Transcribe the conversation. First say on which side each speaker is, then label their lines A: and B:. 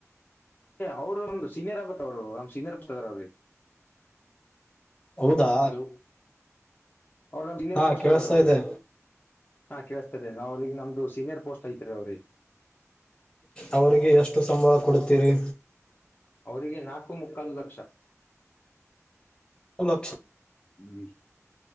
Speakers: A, on the left; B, on the left.
A: ಅವ್ರು ಒಂದು ಸೀನಿಯರ್ ಆಗ್ಬೇಕ್ ಅವರು ನಮ್ ಸೀನಿಯರ್ ಬರ್ತದ ಅವ್ರಿಗೆ.
B: ಹೌದಾ
A: ಹಲೋ ಅವರ್ ಸೀನಿಯರ್
B: ಹಾ
A: ಪೋಸ್ಟ್
B: ಕೇಳಿಸ್ತಾ
A: ಇದ್ದಾರ್
B: ಇದೆ
A: ರೀ. ಹಾ ಕೇಳಿಸತ್ತದೆ ನಾವು ಈಗ ನಮ್ದು ಸೀನಿಯರ್ ಪೋಸ್ಟ್ ಐತ್ರೀ ಅವರಿಗೆ.
B: ಅವರಿಗೆ ಎಷ್ಟು ಸಂಬಳ ಕೊಡ್ತೀರಿ.
A: ಅವರಿಗೆ ನಾಲ್ಕು ಮುಕ್ಕಾಲ್ ಲಕ್ಷ
B: ಲಕ್ಷ್
A: ಹ್ಮ್